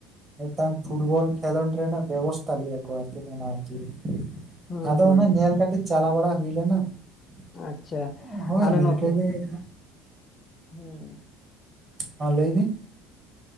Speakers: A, on the right; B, on the left.
A: ᱢᱤᱫᱴᱟᱝ ᱯᱷᱩᱴᱵᱚᱞ ᱠᱷᱮᱞᱳᱸᱰ ᱨᱮᱱᱟᱜ ᱵᱮᱵᱚᱥᱛᱷᱟ ᱞᱮᱭᱟ ᱠᱚ ᱟᱨᱪᱮᱫ ᱚᱱᱟ ᱟᱛᱩ ᱨᱮ ᱾
B: ᱦᱩᱸ
A: ᱟᱫᱚ
B: ᱦᱩᱸ
A: ᱚᱱᱟ ᱧᱮᱞ ᱠᱟᱹᱴᱤᱡ ᱪᱟᱞᱟᱣ ᱵᱟᱲᱟ ᱦᱩᱭ ᱞᱮᱱᱟ
B: ᱟᱪᱪᱷᱟ
A: ᱾ ᱦᱳᱭ,
B: ᱟᱞᱮ
A: ᱱᱤᱝᱠᱟ
B: ᱱᱚᱛᱮ
A: ᱜᱮ ᱾
B: ᱦᱩᱸ
A: ᱦᱚᱸ ᱞᱟᱹᱭ ᱵᱤᱱ᱾